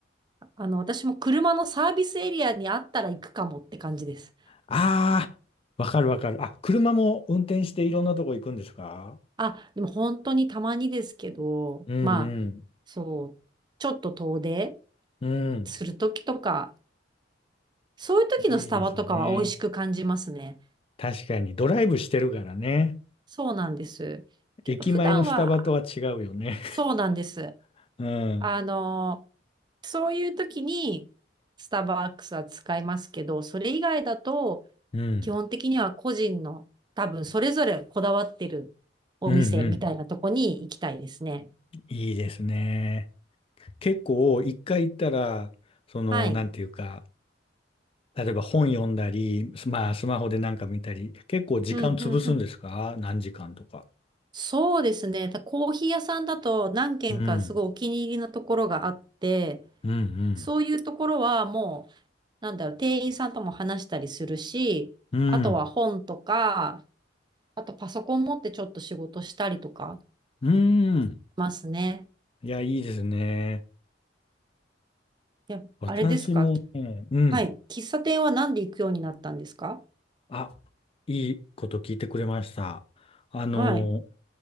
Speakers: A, on the right (about 25°); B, on the left (about 30°).
A: あの、私も車のサービスエリアにあったら行くかもって感じです。
B: ああ、わかるわかる。あ、車も運転していろんなとこ行くんですか
A: あ、でも本当にたまにですけど、
B: うん
A: まあ、そう、ちょっと遠出
B: うん。うん。
A: するときとか、そういう時のスタバとかは美味しく感じますね。
B: いいですね。確かに、ドライブしてるからね。
A: そうなんです。けど、
B: 駅前のスタバとは違うよね。
A: 普段は、そうなんです。
B: <laughs> うん。
A: あの、そういう時にスターバックスは使いますけど、それ以外だと、
B: うん。
A: 基本的には個人の、多分それぞれこだわってるお店みたいなとこに行きたいですね。
B: うんうん。いいですね。結構、一回行ったら、その、
A: はい。
B: なんていうか、例えば本読んだり、すまあ、スマホでなんか見たり、結構時間潰すんですか何時間とか。
A: うん、うん、うん。そうですね。たコーヒー屋さんだと何軒かすごいお気に入りのところがあって、
B: うん、うん、うん、
A: そういうところはもう、なんだろう、店員さんとも話したりするし、
B: うん、
A: あとは本とか、あとパソコン持ってちょっと仕事したりとか
B: うん。
A: しますね。
B: いや、いいですね。
A: いや、
B: 私もね、
A: あれですか
B: うん。
A: はい。喫茶店は何で行くようになったんですか
B: あ、いいこと聞いてくれました。あの、
A: はい。